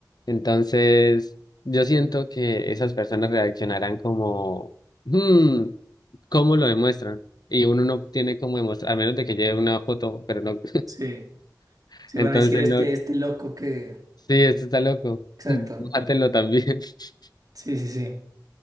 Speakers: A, on the left; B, on the right.
A: Entonces, yo siento que esas personas reaccionarán como, hmm, ¿cómo lo demuestran? Y uno no tiene cómo demostrar, a menos de que lleve una foto, pero no.
B: Sí,
A: <laughs>
B: sí
A: Entonces,
B: van a decir este,
A: no,
B: este loco que...
A: sí, esto está loco,
B: Exacto.
A: <laughs> mátenlo también. <laughs>
B: Sí, sí, sí.